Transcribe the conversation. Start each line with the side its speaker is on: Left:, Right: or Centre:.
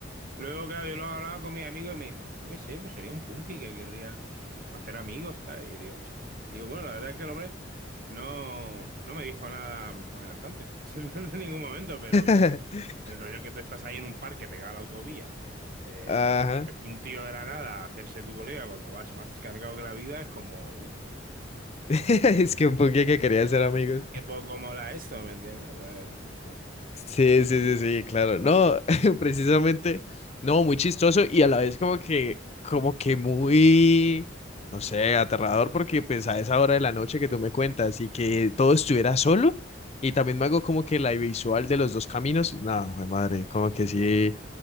Right: Luego, claro, yo lo he hablado con mis amigos y me dice, pues yo qué sé, pues sería un punky que querría hacer amigos, tal. Y digo, <laughs> digo, bueno, la verdad es que el hombre no, no me dijo nada amenazante <laughs> en ningún momento, pero
Left: <laughs>
Right: el rollo que tú estás ahí en un parque pegado a la autovía, eh,
Left: Ajá. <laughs>
Right: un tío de la nada hacerse tu colega cuando vas más cargado que la vida es como, uff,
Left: Es que un poquito que quería ser amigos.
Right: qué poco mola esto, ¿me entiendes? ¿Sabes? Y bueno,
Left: Sí, sí, sí, sí, claro. No, <laughs> precisamente, no, muy chistoso y a la vez como que, como que muy, no sé, aterrador porque pues a esa hora de la noche que tú me cuentas y que todo estuviera solo y también me hago como que la visual de los dos caminos. No, jue madre, como que sí,